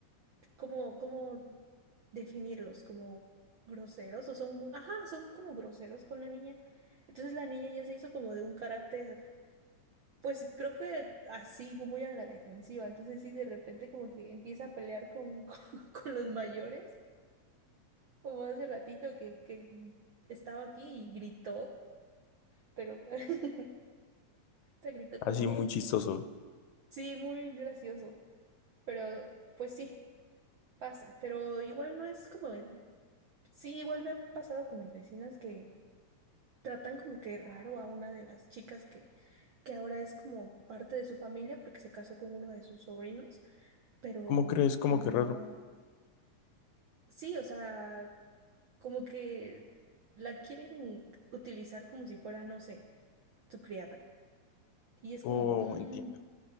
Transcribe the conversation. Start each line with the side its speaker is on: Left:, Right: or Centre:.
Right: como, cómo definirlos, como groseros o son, mu- ajá, son como groseros con la niña. Entonces la niña ya se hizo como de un carácter, pues creo que así, como muy a la defensiva. Entonces sí, de repente como que empieza a pelear con, <laughs> con, con los mayores, como hace ratito que, que estaba aquí y gritó, pero... <laughs> Se gritó
Left: Así
Right: como,
Left: muy chistoso.
Right: sí, muy gracioso, pero pues sí, pasa, pero igual no es como en... Sí, igual me ha pasado con mis vecinas que tratan como que raro a una de las chicas que, que ahora es como parte de su familia porque se casó con uno de sus sobrinos, pero
Left: ¿Cómo crees? ¿Cómo
Right: pues
Left: que
Right: no,
Left: raro?
Right: sí, o sea, como que la quieren utilizar como si fuera, no sé, su criada. Y es
Left: Oh,
Right: como, mm,
Left: entiendo.